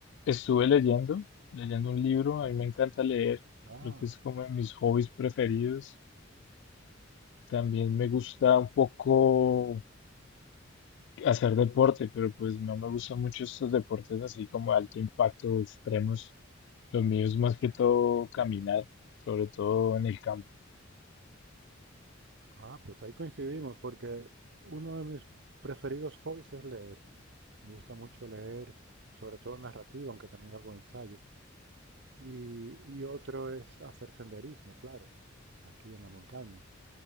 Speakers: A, on the left; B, on the right.
A: estuve leyendo, leyendo un libro, a mí me encanta leer,
B: Ah,
A: creo que es como de mis hobbies preferidos. También me gusta un poco hacer deporte, pero pues no me gustan mucho estos deportes así como de alto impacto, extremos. Los míos más que todo caminar, sobre todo en el campo.
B: ah, pues ahí coincidimos, porque uno de mis preferidos hobbies es leer. Me gusta mucho leer, sobre todo narrativa, aunque también algo de ensayo. Y, y otro es hacer senderismo, claro, aquí en la montaña.